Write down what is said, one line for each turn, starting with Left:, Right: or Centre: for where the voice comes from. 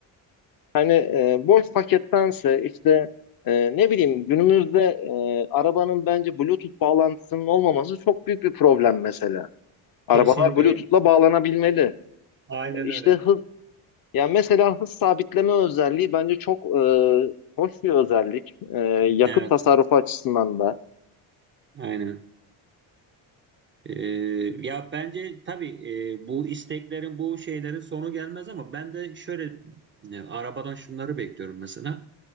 Left: Hani e, boş pakettense işte e, ne bileyim günümüzde e, arabanın bence Bluetooth bağlantısının olmaması çok büyük bir problem mesela. Arabalar
Right: Kesinlikle.
Left: Bluetooth'la bağlanabilmeli.
Right: Aynen
Left: İşte
Right: öyle.
Left: hız, ya mesela hız sabitleme özelliği bence çok e, hoş bir özellik. E, yakıt
Right: Evet.
Left: tasarrufu açısından da.
Right: Aynen. E, ya bence tabii e, bu isteklerin, bu şeylerin sonu gelmez ama ben de şöyle e, arabadan şunları bekliyorum mesela.